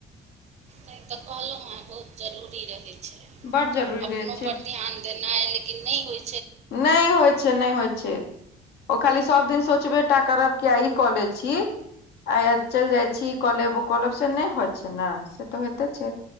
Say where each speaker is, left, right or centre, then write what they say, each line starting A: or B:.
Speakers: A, on the right; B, on the left.
A: तैं तऽ कहलहुँ हैं, बहुत जरूरी रहै छैय
B: बड जरूरी
A: अपनो
B: रहै छै
A: पर ध्यान देनाय लेकिन नहि होय
B: नहि होइ छय, नहि होइ छय। ओ खाली सब दिन सोचबे टा करब कि, आइ ई कऽ लय छी आइ चलि जाय छी, ई कऽ लेब-ऊ कऽ लेब से नहि होय छैय न, से तऽ होयते छैय।